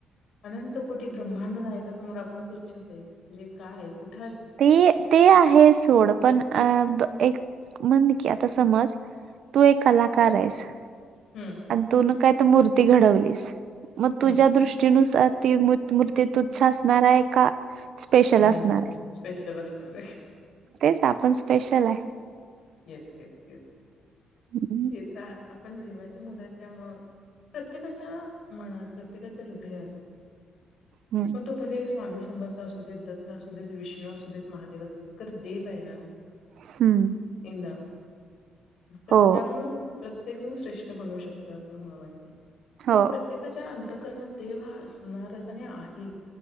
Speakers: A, on the left; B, on the right.
A: अनंतकोटी ब्रह्मांडनायका समोर आपण तुच्छच आहे म्हणजे काय कुठ?
B: ते -ते आहे सोड पण अ एक म्हण की आ तर समज तू एक कलाकार आहेस,
A: हं,
B: आणि तुन काय तर मूर्ती घडवलीस मग
A: हं.
B: तुझ्या दृष्टी नुसार ती मूर्ती- तुच्छ असणार आहे का? स्पेशल
A: नाही,
B: असणार
A: नाही.
B: आहे
A: स्पेशल असणार आहे.
B: तेच आपण स्पेशल आहे
A: येस- येस
B: हम्म
A: -येस <unintelligible> पण देवाची मुलं त्यामुळे प्रत्येकाच्या मनात प्रत्येकाच्या हृदयात
B: हम्म.
A: मग तो भले स्वामी समर्थ असू देत, दत्त असू देत, विष्णू असू देत, महादेव असू देत खरं देव आहे ना.
B: हम्म
A: आपला प्रत्यामुळ
B: हो
A: -प्रत्येकजण श्रेष्ठ बनवू शकतो असं मला वाटतं. कारण
B: हो
A: प्रत्येकाच्या अंतकरणात देव हा असणारच आणि आहेच.